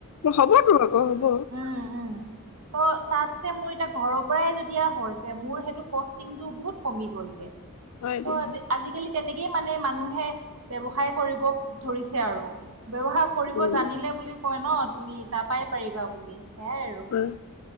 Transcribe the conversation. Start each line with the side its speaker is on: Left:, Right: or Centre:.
Left: হয়, হ'বতো আকৌ হ'ব
Right: হ ত তাতছে মোৰ এতিয়া ঘৰৰ পৰাই যেতিয়া হৈছে মোৰ সেইটো কষ্টিংটো বহুত কমি গ'ল। উ <inaudible>
Left: হয়
Right: ত'
Left: দিয়া হয়
Right: আজিকালি তেনেকেই মানে মানুহে ব্যৱসায় কৰিব ধৰিছে আৰু। ব্যবহাৰ কৰিব
Left: উম
Right: জানিলে বুলি কয় ন তুমি তাৰাপাই পাৰিবা বুলি। সেয়াই আৰু
Left: হয়